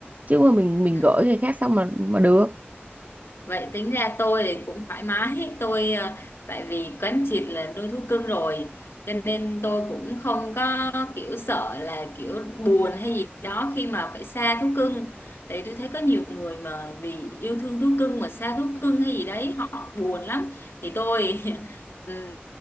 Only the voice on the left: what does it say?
Ừ.
Vậy tính ra tôi thì cũng thoải mái <laughs> tôi ờ, tại vì quán triệt là nuôi thú cưng rồi cho nên tôi cũng không có kiểu sợ là kiểu buồn hay gì đó khi mà phải xa thú cưng tại vì tôi thấy có nhiều người mà vì yêu thương thú cưng mà xa thú cưng hay gì đấy họ buồn lắm thì tôi <laughs> ừm,